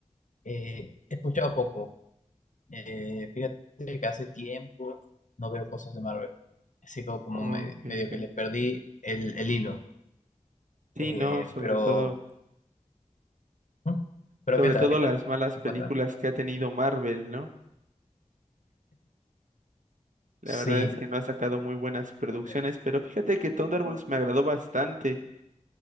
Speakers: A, on the left; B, on the right.
A: Eh, he escuchado poco. Eh, fíjate que hace tiempo no veo cosas de Marvel. Así como, como
B: Ok,
A: me- medio
B: ok.
A: que le perdí el, el hilo.
B: Sí,
A: Eh,
B: no, sobre
A: pero,
B: todo,
A: ¿hmm? pero
B: sobre
A: ¿qué tal?
B: todo
A: ¿Qué tal?
B: las malas
A: ¿Me
B: películas
A: cuentas?
B: que ha tenido Marvel, ¿no? La
A: Sí.
B: verdad es que no ha sacado muy buenas producciones,
A: ¿Dónde?
B: pero fíjate que Thunderbolts
A: No.
B: me agradó bastante.